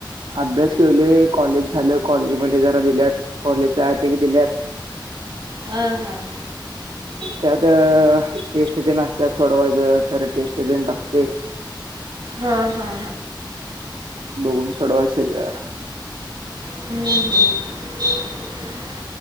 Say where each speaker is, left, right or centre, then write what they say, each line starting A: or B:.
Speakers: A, on the right (about 80°); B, on the right (about 60°).
A: अभ्यास केलोय. कॉलेज झाल, कॉलेजमध्ये जरा दिल्यात कॉलेजच्या अँप पैकी दिल्यात
B: हा हा
A: खर त टेस्ट तेण आसत्यात सोडवायचं, सर टेस्ट तेन टाकतोय.
B: हा हा.
A: बघून सोडवायच सगळं.
B: <inaudible>